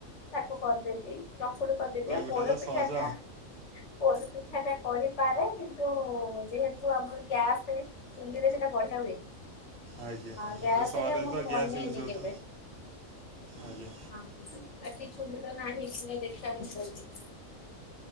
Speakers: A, on the left; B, on the right.
A: ତାକୁ କରିଦେବି। ଚକୁଳି କରିଦେବି ଆଉ
B: ପିଠା
A: ପୋଡ
B: ତ
A: ପିଠାଟା
B: ସହଜ
A: ପୋଡ ପିଠାଟା କରିପାରେ କିନ୍ତୁ ଯେହେତୁ ଆମର ଗ୍ୟାସ ଚୁଲିରେ ସେଟା ବଢିଆ ହୁଏ।
B: ଆଜ୍ଞା
A: ହଁ ଗ୍ୟାସରେ
B: ସହରରେ
A: ମୁଁ
B: ତ
A: ବନେଇ
B: ଗ୍ୟାସ୍ ୟୁଜ୍
A: ନି
B: ହୁଏ
A: କେବେ।
B: ତ ଆଜ୍ଞା
A: ଏଠି ଚୁଲି ତ ନାହିଁ <unintelligible>